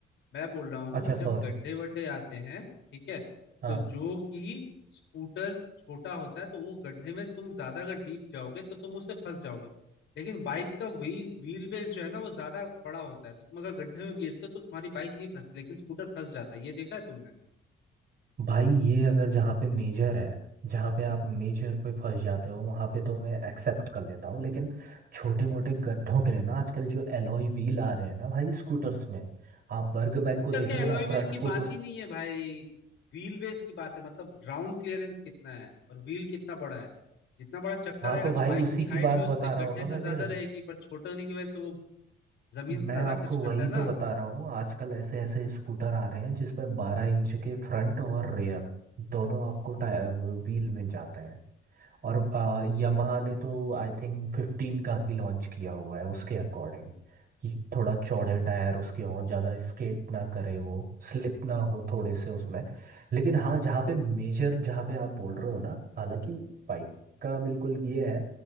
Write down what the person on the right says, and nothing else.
अच्छा
सॉरी
हाँ।
भाई ये अगर जहाँ पे मेजर है जहाँ पे आप मेजर पे फंस जाते हो वहाँ पे तो मैं एक्सेप्ट कर लेता हूँ लेकिन छोटे मोटे गड्ढों के लिए ना आजकल जो एलॉय व्हील आ रहे हैं ना भाई स्कूटर्स में आप बर्गमैन
को देख
लो
ना
फ्रंट
फुट
उस
हाँ
तो
भाई
उसी
की
बात
बता रहा
हूँ ना
मैं
फिर
मैं
आपको
वही
तो बता रहा हूँ आजकल ऐसे ऐसे स्कूटर आ रहे हैं जिसमें बारह इंच के फ्रंट और रेयर दोनों आपको टायर व्हील मिल जाते हैं और आ, यामाहा ने तो आई थिंक फिफ्टीन का भी लॉन्च किया हुआ है उसके अकॉर्डिंग कि थोड़ा चौड़े टायर उसके हों ज़्यादा स्केट ना करे वो स्लिप ना हो थोड़े से उसमें लेकिन हाँ जहाँ पे मेजर जहाँ पे आप बोल रहे हो ना हालांकि बाइक का बिल्कुल ये है